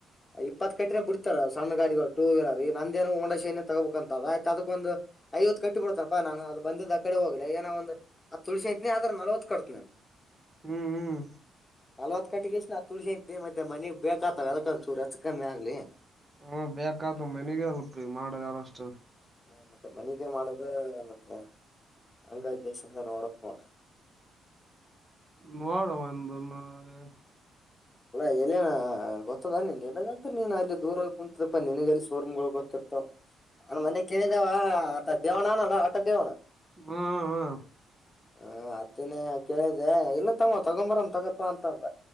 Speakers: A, on the left; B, on the right.
A: ಇಪ್ಪತ್ ಕಟ್ರ ಬಿಡ್ತಾರ ಸಣ್ಣ ಗಾಡಿಗಳು ಟೂ ವೀಲರ್ ಈ ನಂದೇನು ಹೊಂಡಾಶೆನೇ ತಗೋಬೇಕಕ್ಂತದ ಆಯ್ತ ಅದಕ್ಕೊಂದು. ಐವತ್ತು ಕಟ್ಟಿ ಬಿಡ್ತನಪ್ಪಾ ನಾನು ಅದು ಬಂದಿದ್ದ್ ಆ ಕಡೆ ಹೋಗ್ಲಿ ಏನ ಒಂದು. ಅ ತುಳಸಿತನಿ ಆದ್ರ ನಲ್ವತ್ ಕಡ್ತನನ್
B: ಹ್ಮ್ ಹ್ಮ್
A: ನವತ್. ಕಟ್ಟಗಸ ತುಳಸ ಮತ್ತೆ ಮನೆಗ್ ಬೇಕಾತ್ತತದಕ ಚೂ ಕಮ್ಮಿ ಆಗ್ಲಿ.
B: ಹ್ಮ ಬೇಕಾದೂ ಮನೆಗ ಅಲ್ಪ ಮಾಡ ಯಾರಷ್ಟ.
A: ಹ ಮತ್ತೆ ಮನೆಗೆ ಮಾಡದ ಮತ್ತೆ <unintelligible> ಹಂಗ ಗೇಶ ರೋಡಕ್ಕಣ <unintelligible>
B: ಮಾಡಡ ಒಂದ ನ <unintelligible>
A: ಅಲ್ಲಾ ಎಲ್ಲನ ಗೊತ್ತದಾನನ್ಗ ಆಗ್ತರಿ ನೀನ್ ಅಲ್ಲಿ ದೂರ ಕುೂಂತದಪ್ಪಾ ನಿನಗ ಅಲ್ಲಿ ಸೋರ್ಮ್ಳ ಗೊತ್ತರಿ <unintelligible> ಮನೆ ಕೇಳಿದೆವ ಆ ದೇವಣ ನಲ್ಲ ಆಟ ದೇವಣ.
B: ಹಾ ಹಾ <unintelligible>
A: ಹ ಅತ್ತಿನೇ ಕೇಳಿದ್ದೆ ಇಲ್ಲ ತಮ್ಮ ತಗೊಂಬರನ್ ತಗಪ್ಪಾ ಅಂತಂದ.